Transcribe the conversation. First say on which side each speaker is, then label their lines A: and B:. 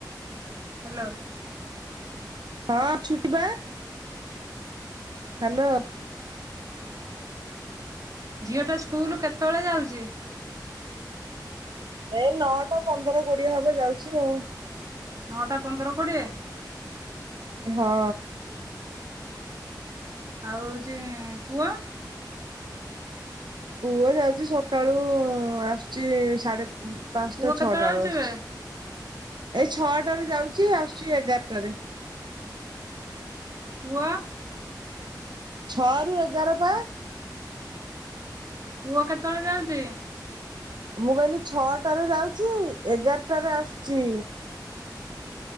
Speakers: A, on the right; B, on the right.
A: ହାଲୋ।
B: ହଁ ଛୁଟି ବା। ହାଲୋ।
A: ଝିଅଟା ସ୍କୁଲୁ କେତେବେଳେ ଯାଉଛି?
B: ଏଇ ନଅଟା ପନ୍ଦର କୋଡିଏ ହବ ଯାଉଚି ଆଉ?
A: ନଅଟା ପନ୍ଦର କୋଡ଼ିଏ?
B: ହଁ।
A: ଆଉ ହଉଚି ପୁଅ?
B: ପୁଅ ଯାଉଛି ସକାଳୁ ଆସୁଛି ସାଢେ ପାଞ୍ଚଟା
A: ପୁଅ କେତେବେଳେ
B: ଛଅଟା
A: ଯାଉଛି
B: ବେଳକୁ ଆସୁଚି।
A: ବେ
B: ଏଇ ଛଅଟାରେ ଯାଉଚି ଆସୁଚି ଏଗାରଟା ରେ।
A: ପୁଅ?
B: ଛଅ ରୁ ଏଗାର ପା।
A: ପୁଅ କେତେବେଳେ ଯାଉଛି?
B: ମୁଁ କହିଲି ଛଅଟାରେ ଯାଉଛି ଏଗାରଟାରେ ଆସୁଛି।